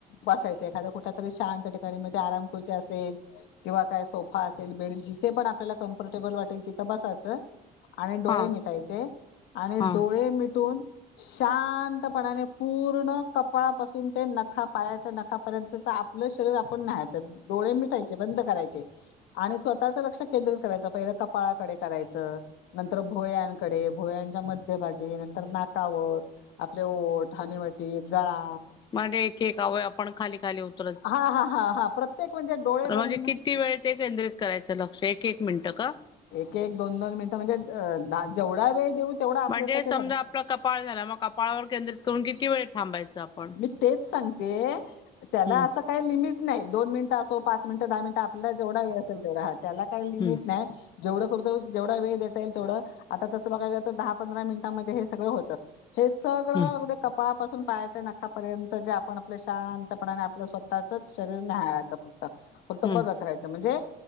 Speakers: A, on the left; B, on the left.
A: बसायचे एखादं कुठतरी शांत ठिकाणी, मग ती आराम खुर्ची असेल किंवा काय, सोफा असेल, बेड जिथे पण आपल्याला कम्फर्टेबल वाटेल, तिथं बसायचं. आणि डोळे
B: हा
A: मिटायचे, आणि
B: हा
A: डोळे मिटून शातं शांतपणाने, पूर्ण कपाळापासून ते नखा पायाच्या नखापर्यंतच आपलं शरीर आपण न्याहाळायचं. डोळे मिटायचे, बंद करायचे आणि स्वतःच लक्ष केंद्रित करायचं, पहिलं कपाळाकडे करायचं. नंतर भोयांकडे, भोयांच्या मध्यभागी, नंतर नाकावर. आपले ओठ, हानीवाटी, गळा
B: म्हणजे, एक-एक वयव आपण खाली- खाली होतो.
A: हा-हा, हा-हा. प्रत्येक म्हणजे डोळे
B: म्हणजे,
A: बंद
B: किती वेळ ते केंद्रित करायचं लक्ष? एक-एक मिनिटं का?
A: एक-एक, दोन-दोन मिनिटं, म्हणजे जेवढा वेळ देऊ तेवढा
B: म्हणजे,
A: आपल्यासाठी
B: समजा
A: चांगला.
B: आपला कपाळ झाला, मग कपाळावर केंद्रित करून किती वेळ थांबायचं आपण?
A: मी तेच सांगते त्याला,
B: हम्म
A: असं काही लिमिट नाही. दोन मिनिटं असो, पाच मिनिटं, दहा मिनिटं त्याला जेवढा वेळ असेल, तेवढा. हा, त्याला काही लिमिट
B: हम्म
A: नाही. जेवढं करतो, जेवढा वेळ देता येईल तेवढं. आता तसं बघाय तर दहा-पंधरा मिनिटांमध्ये हे सगळं होतं. हे सगळं
B: हम्म
A: अगदी कपाळापासून पायाच्या नखापर्यंत जे आपण आपलं शांतपणाने आपलं स्वतःच शरीर न्याहाळायचं, फक्त. फक्त
B: हम्म
A: बघत राहायच म्हणजे